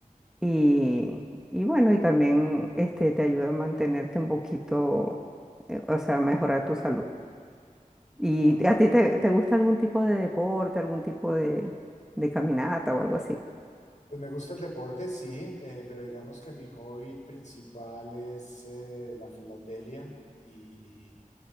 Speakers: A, in the centre; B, on the left.
A: y, y bueno, y también este, te ayuda a mantenerte un poquito, eh, o sea, a mejorar tu salud. ¿Y
B: Claro.
A: a ti te, te gusta algún tipo de deporte, algún tipo de, de caminata o algo así?
B: Pues me gusta el deporte, sí, eh, pero digamos que mi hobby principal es eh, la filatelia y,